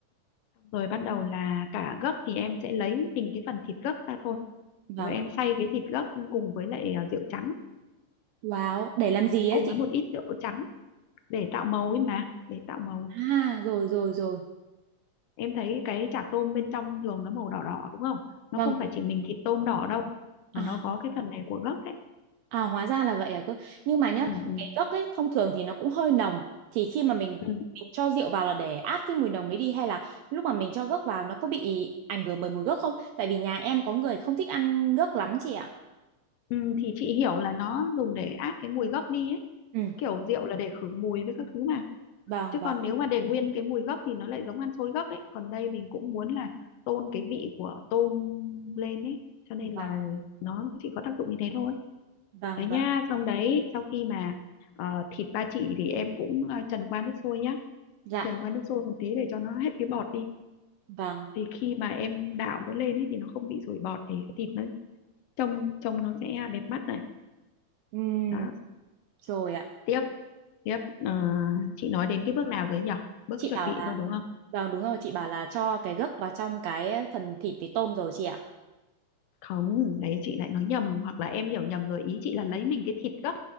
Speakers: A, on the left; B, on the right.
A: Xong Rồi bắt đầu là cả gấc thì em sẽ lấy mình cái phần thịt gấc ra thôi.
B: vâng.
A: Rồi em xay cái thịt gấc cùng với lại ờ, rượu trắng,
B: Wow, để làm gì á
A: cùng
B: chị?
A: với một ít rượu trắng để tạo màu ấy mà để tạo màu
B: À, rồi rồi rồi.
A: em thấy cái chả tôm bên trong thường nó màu đỏ đỏ đúng không nó
B: Vâng.
A: không phải chỉ mình thịt tôm đỏ đâu mà
B: À,
A: nó có cái phần này của gấc ấy
B: à hóa ra là vậy à cơ. Nhưng mà nhá,
A: ừ, ừ,
B: cái gấc ấy thông thường thì nó cũng hơi nồng. Thì khi mà mình,
A: ừ.
B: mình cho rượu vào là để át cái mùi nồng đấy đi hay là lúc mà mình cho gấc vào nó có bị ảnh hưởng bởi mùi gấc không? Tại vì nhà em có người không thích ăn gấc lắm chị ạ.
A: Ừ, thì chị hiểu là nó dùng để át cái mùi gấc đi ấy
B: Ừ,
A: kiểu rượu là để khử mùi với các thứ mà
B: vâng
A: chứ
B: vâng.
A: còn nếu mà để nguyên cái mùi gấc thì nó lại giống ăn xôi gấc ấy còn đây mình cũng muốn là tôn cái vị của tôm lên ấy cho nên
B: Vâng,
A: là nó chỉ có tác dụng như thế thôi
B: vâng,
A: đấy nha
B: vâng.
A: xong đấy sau khi mà ờ, thịt ba chỉ thì em cũng ờ, trần qua nước sôi nhá
B: Dạ,
A: trần qua nước sôi một tí để cho nó hết cái bọt đi
B: vâng.
A: thì khi mà em đảo nó lên ấy thì nó không bị sủi bọt thì cái thịt nó trông trông nó sẽ đẹp mắt này
B: Ừm,
A: đó
B: rồi ạ.
A: tiếp tiếp ờ, chị nói đến cái bước nào rồi nhỉ bước
B: Chị
A: chuẩn
B: bảo
A: bị
B: là,
A: thôi đúng không
B: vâng đúng rồi, chị bảo là cho cái gấc vào trong cái phần thịt với tôm rồi chị ạ.
A: không đấy chị lại nói nhầm hoặc là em hiểu nhầm rồi ý chị là lấy mình cái thịt gấc